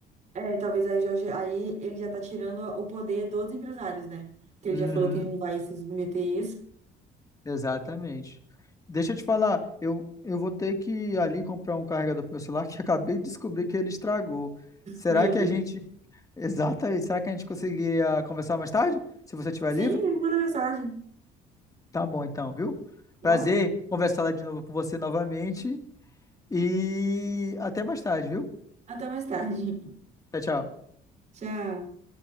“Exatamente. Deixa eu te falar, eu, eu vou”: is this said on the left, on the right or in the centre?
Left